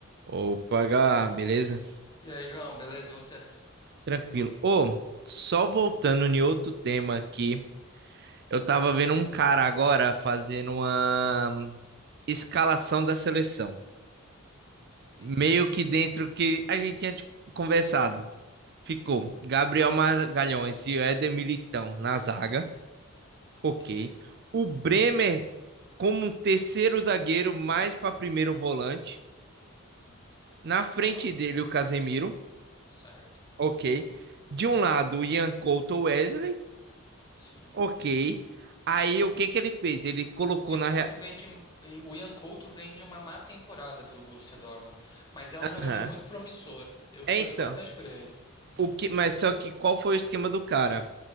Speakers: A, on the right; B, on the left.
A: Opa, Gá, beleza?
B: E aí, João, beleza? E você?
A: Tranquilo. Ô, só voltando em outro tema aqui, eu tava vendo um cara agora fazendo uma escalação da seleção.
B: Hum,
A: Meio que dentro que a gente tinha tipo, conversado. Ficou Gabriel Magalhães e Éder Militão na zaga. Ok.
B: ok.
A: O Bremer como um terceiro zagueiro, mais para primeiro volante.
B: Hum,
A: Na frente
B: tá,
A: dele, o Casemiro.
B: certo.
A: Ok. De um lado, o Ian Couto Wesley.
B: Sim.
A: Ok. Aí o que que ele fez? Ele colocou
B: Ian
A: na.
B: Couto
A: rea-
B: vem de, e o Ian Couto vem de uma má temporada pelo Borussia Dortmund, mas é um
A: Aham.
B: jogador muito promissor. Eu
A: É,
B: torço
A: Então,
B: bastante por ele.
A: o que... mas só que qual foi o esquema do cara?